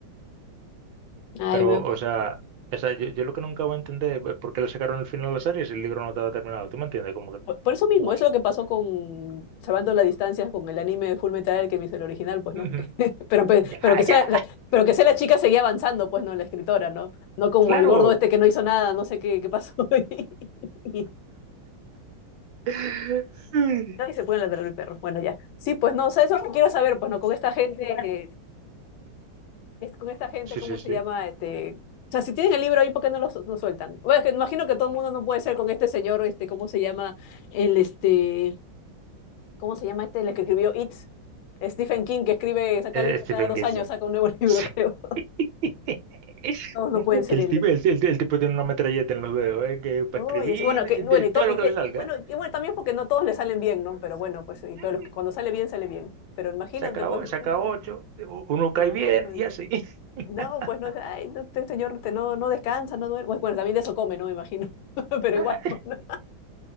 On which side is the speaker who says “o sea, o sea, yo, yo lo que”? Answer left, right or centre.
Right